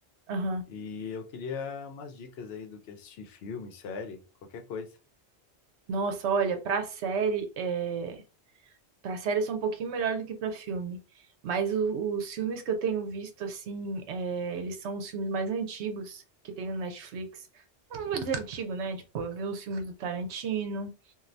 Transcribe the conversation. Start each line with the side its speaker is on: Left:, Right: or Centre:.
Right: aham.
Left: e eu queria umas dicas aí do que assistir, filme, série, qualquer coisa.
Right: Nossa, olha, pra série, é... Pra série eu sou um pouquinho melhor do que pra filme. Mas o- os filmes que eu tenho visto, assim, é, eles são os filmes mais antigos que tem no Netflix. Não vou dizer antigo, né? Tipo, eu vi os filmes do Tarantino,